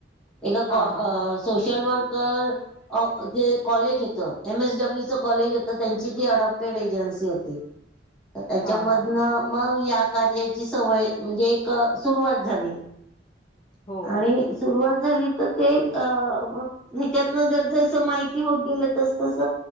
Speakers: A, in the centre; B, on the left.
A: एका
B: हां,
A: काॅ
B: हां, हां,
A: सोशल वर्कर अ जे कॉलेज होत, एम एस डब्ल्यूचं कॉलेज होत. त्यांची ती अडॉप्टेड एजन्सी होती. <unintelligible>
B: हां,
A: त्याच्यामधनं,
B: हां, हां.
A: मग या कार्याची सवय म्हणजे, एक सुरुवात झाली.
B: हो,
A: आणि
B: हो,
A: सुरुवात झाली तर, ते अ म ह्याच्यातन जर जस माहिती होत गेलं, तस तस